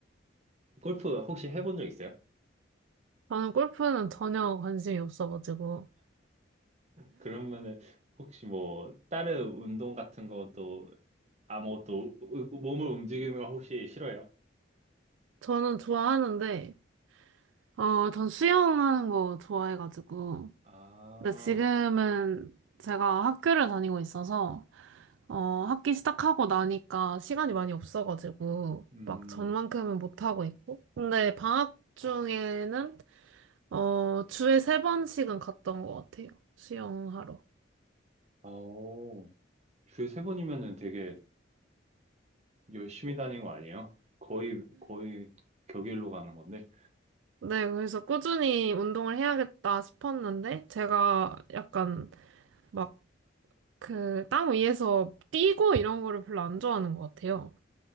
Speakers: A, on the right; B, on the right.
A: 골프 혹시 해본 적 있어요?
B: 저는 골프는 전혀 관심이 없어가지고.
A: 그러면은 혹시 뭐 다른 운동 같은 것도 아무것도 으- 으- 몸을 움직이는 거 혹시 싫어요?
B: 저는 좋아하는데, 어, 전 수영하는 거 좋아해가지고.
A: 아,
B: 근데 지금은 제가 학교를 다니고 있어서, 어, 학기 시작하고 나니까 시간이 많이 없어가지고,
A: 음,
B: 막 전만큼은 못하고 있고. 근데 방학 중에는, 어, 주에 세 번씩은 갔던 것 같아요. 수영하러.
A: 아오. 주에 세 번이면은 되게 열심히 다니는 거 아니에요? 거의, 거의 격일로 가는 건데.
B: 네, 그래서 꾸준히 운동을 해야겠다 싶었는데, 제가 약간 막 그 땅 위에서 뛰고 이런 거를 별로 안 좋아하는 것 같아요.